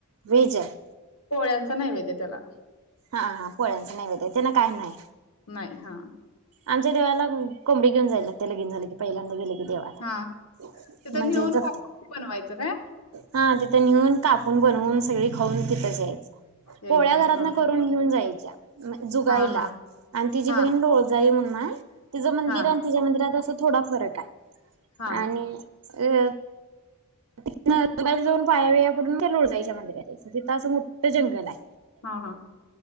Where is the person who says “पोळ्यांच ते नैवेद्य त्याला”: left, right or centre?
Left